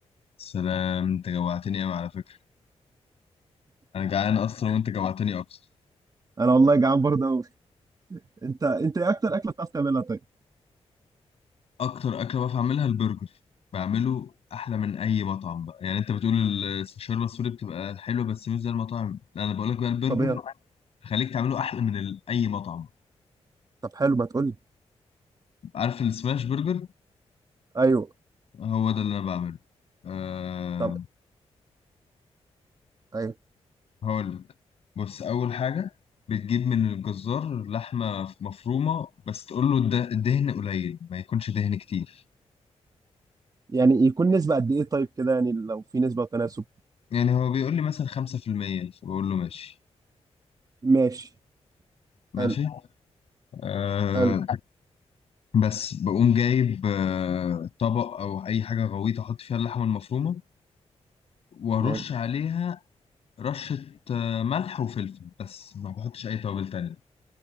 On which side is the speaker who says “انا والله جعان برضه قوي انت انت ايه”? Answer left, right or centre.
Right